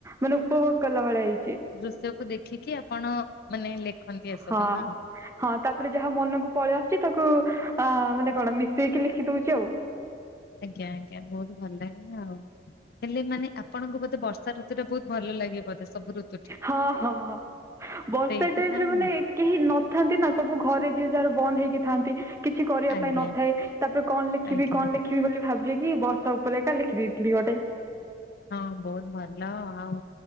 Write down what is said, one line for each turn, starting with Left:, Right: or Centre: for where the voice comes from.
Right: ମାନେ ଉପଭୋଗ କଲା ଭଳିଆ ହେଇଛି।
Left: ଦୃଶ୍ୟକୁୁ ଦେଖିକି ଆପଣ ମାନେ ଲେଖନ୍ତି ଏସବୁ
Right: ହଁ
Left: ନା?
Right: ହଁ ତାପରେ ଯାହା ମନକୁ ପଳେଇ ଆସୁଛି ତାକୁ ଆ ମାନେ କଣ ମିଶେଇକି ଲେଖି ଦଉଛି ଆଉ।
Left: ଆଜ୍ଞା ଆଜ୍ଞା ବହୁତ ଭଲ ଲାଗିଲା ଆଉ ହେଲେ ମାନେ ଆପଣଙ୍କୁ ବୋଧେ ବର୍ଷା ଋତୁ ଟା ବହୁତ ଭଲ ଲାଗିବ ବଧେ ସବୁ ଋ
Right: ହ ହ ହ ହ ବର୍ଷା
Left: ସେଇଥିପାଇଁ
Right: ଟାଇମ ରେ ମାନେ
Left: ଆଉ
Right: କେହି ନଥାନ୍ତି ନା ସବୁ ଘରେ ଯିଏ ଯାହାର ବନ୍ଦ ହେଇକି ଥାନ୍ତି। କିଛି କରିବା
Left: ଆଜ୍ଞା।
Right: ପାଇଁ ନଥାଏ ତାପରେ କଣ ଲେଖିବି
Left: ଆଜ୍ଞା
Right: କଣ ଲେଖି? କିି ବୋଲି ଭାବୁଛି କି ବର୍ଷା ଉପରେଖା ଲେଖିଦେଇଥିଲି ଗୋଟେ।
Left: ହଁ ବହୁତ ଭଲ ଆଉ